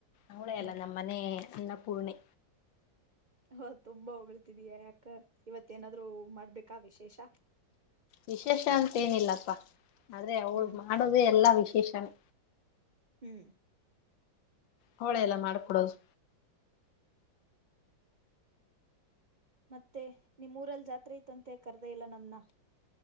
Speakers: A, on the left; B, on the right.
A: ಅವಳೇ
B: ಹ್ಮ್
A: ಅಲ್ಲ ನಮ್ಮ್ ಮನೆ ಅನ್ನಪೂರ್ಣೇ
B: ಹ ತುಂಬಾ ಹೊಳ್ತಿದೀಯಾ ಯಾಕ ಇವತ್ತೇಏನಾದ್ರು ಮಾಡ್ಬೇಕಾ ವಿಶೇಷ
A: ವಿಶೇಷ ಅಂತೇಏನಿಲ್ಲಪ್ಪಾ ಆದ್ರೆ ಅವ್ಳ
B: ಹ್ಮ್
A: ಮಾಡೋದೇ ಎಲ್ಲಾ ವಿಷ ಕಿಷನ್
B: ಹ್ಮ್
A: ಹೋಳ ಎಲ್ಲ ಮಾಡ್ಕೊಡದು
B: ಮತ್ತೆ ನಿಮ್ಮೂರಲ್ಲಿ ಜಾತ್ ಇತ್ತಂತೆ ಕರೆದ ಇಲ್ಲ ನಮನ